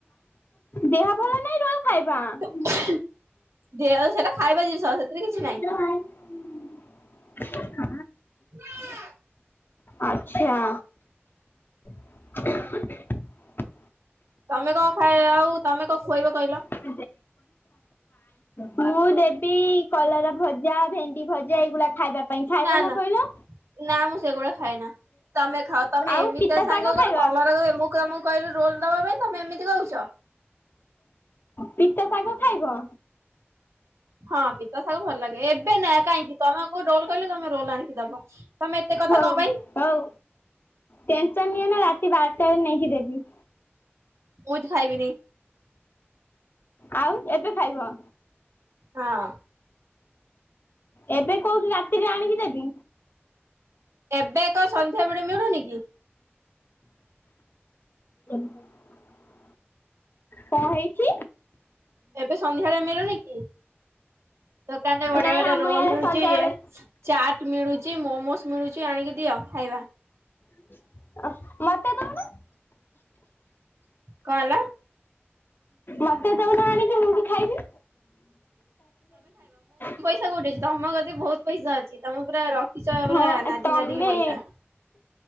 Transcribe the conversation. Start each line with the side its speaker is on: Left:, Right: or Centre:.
Left: ଦେହା ଭଲ ନାଇଁ ରଲ ଖାଇବା କଣ?
Right: ଦେ ଆଉ ସେଟା ଖାଇବା ଜିନିଷଉ ସେଥିରେ କିଛି ନାହିଁ।
Left: <unintelligible>
Right: <inaudible>
Left: ଆଚ୍ଛା। <inaudible>
Right: ତମେ କଣ ଖାଇ ଆଉ ତମେ କ ଖୁଆଇବ କହିଲ?
Left: <unintelligible> ମୁଁ ଦେବି କଲାର ଭଜା ଭେଣ୍ଡି ଭଜା ଏଇଗୁଡା ଖାଇବା ପାଇଁ ଖାଇବନା
Right: ନା ନା
Left: କହିଲ?
Right: ନା ମୁଁ ସେଗୁଡା ଖାଇଏନା ତମେ ଖାଅ ତମେ
Left: ଆଉ
Right: ଏମିତି
Left: ପିତା
Right: ସାଙ୍ଗ
Left: ଶାଗ ଖାଇବ
Right: ଗୋଟେ କଲରାମ କୁମକୁ କହିଲି ରୋଲ ଦବା ପାଇଁ ତମେ ଏମିତି କହୁଛ?
Left: ପିତା ଶାଗ ଖାଇବ?
Right: ହଁ ପିତା ସାାଗ ଭଲ ଲାଗେ ଏବେ ନ କାହିଁକି? ତମ କଉ ରୋଲ କହିଲେ ତମେ ରୋଲ ଆଣିକି ଦବ ତମେ ଏତେ କଥା
Left: ହଉ
Right: କହ ପାଇଁ?
Left: ହଉ। ଟେନସନ ନିଏ ନା ରାତି ବାରଟାରେ ନେଇକି ଦେବି।
Right: <unintelligible> ଖାଇ ବିନି।
Left: ଆଉ ଏତେ ଖାଇବ?
Right: ହଁ।
Left: ଏବେ କୋଉଠି ରାତିରେ ଆଣିକି ଦେବି
Right: ଏବେ ଏକ ସନ୍ଧ୍ୟା ବେଳେ ମିଳୁନି କି?
Left: <unintelligible> <inaudible> କଣ ହେଇଛି?
Right: ଏବେ ସନ୍ଧ୍ୟାରେ ମିଳୁନି କି ଦୋକାନରେ ବଢିଆ
Left: ନାଇଁ
Right: ବଢିଆ
Left: ଆମ
Right: ରୋଲ
Left: ଇଆଡେ
Right: ମିଳୁଛି
Left: ସନ୍ଧ୍ୟାବେଳେ
Right: ଇଏ ଚାଟ୍ ମିଳୁଛି ମୋମୋସ୍ ମିଳୁଛି ଆଣିକି ଦିଅ ଖାଇବା।
Left: <unintelligible>
Right: କଅଁ ହେଲା?
Left: ମତେ ଯଉନା ଆଣିକି ମୁଁ ବି ଖାଇବି <unintelligible>
Right: ହେ କୋଉଠି ଅଛି ତମ କତି ବହୁତ ପଇସା ଅଛି ତମେ ପୁରା ରଖିଛ ପୁରା
Left: ହଁ
Right: ନାଦି
Left: ତମେ
Right: ନାଦିକି ପଇସା।